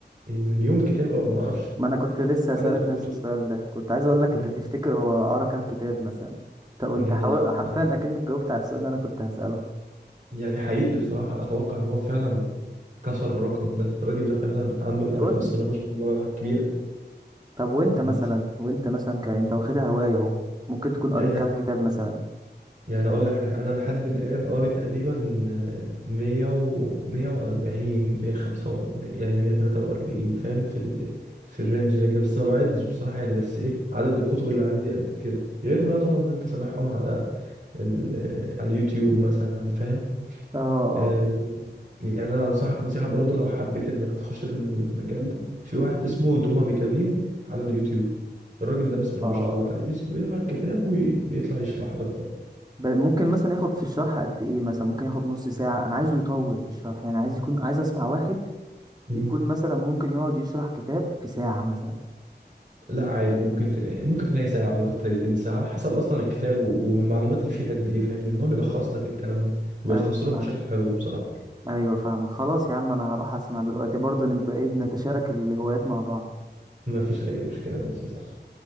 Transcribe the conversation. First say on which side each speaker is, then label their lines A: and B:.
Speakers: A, on the right; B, on the right.
A: المليون كتاب او ما اعرفش
B: ما أنا كنت لسه هسألك
A: عدد الكتب
B: نفس السؤال ده كنت عايز أقول لك
A: مم.
B: أنت تفتكر هو قرا كام كتاب مثلا طب وأنت
A: يعني
B: حاول...
A: أنا
B: حرفيا أكنك جاوبت على السؤال اللي أنا كنت هسأله
A: يعني حقيقي بصراحه اتوقع ان هو فعلا كسر الرقم ده الراجل ده فعلا عنده
B: مليون
A: معرفه بسم الله ما شاء الله كبيره
B: طب وأنت مثلا
A: بس
B: وأنت مثلا ك... أنت واخدها هواية أهو ممكن تكون قريت
A: يعني
B: كام كتاب مثلا
A: يعني اقول لك الحق انا لحد الان قاري تقريبا آه، 100 و 140 145 يعني 143 فاهم في ال... في الرينج ده كده بس ما بعدش بصراحه يعني بس ايه عدد الكتب اللي عندي قد كده غير بقى طبعا ان انت سامعهم على ال... على اليوتيوب مثلا فاهم
B: آه
A: آه،
B: آه
A: يعني انا انصحك نصيحه برضه لو حبيت انك تخش في المجال ده في واحد اسمه دوما ميكافين على اليوتيوب الراجل ده بسم الله
B: آه
A: ما شاء الله عليه بيس- بيقرا الكتاب وبيطلع يشرح لك
B: ب- ممكن مثلا ياخد في الشرح قد ايه مثلا ممكن ياخد نص ساعة انا عايزه يطول في الشرح يعني عايز يكون عايز اسمع واحد
A: بقى
B: يكون مثلا ممكن يقعد يشرح كتاب في ساعة مثلا
A: لا عادي ممكن تلاقي ممكن تلاقي ساعة ممكن تلاقي تلت ساعة على حسب أصلا الكتاب و- والمعلومات اللي فيه قد إيه فاهمني إن هو بيلخص لك الكلام ده ويلخصه
B: ايوه
A: لك
B: فاهم
A: بشكل حلو بصراحة
B: ايوه فاهم خلاص يا عم انا هروح اسمع دلوقتي برضه نبقى ايه بنتشارك الهوايات مع بعض
A: ما فيش أي مشكلة ماشي صح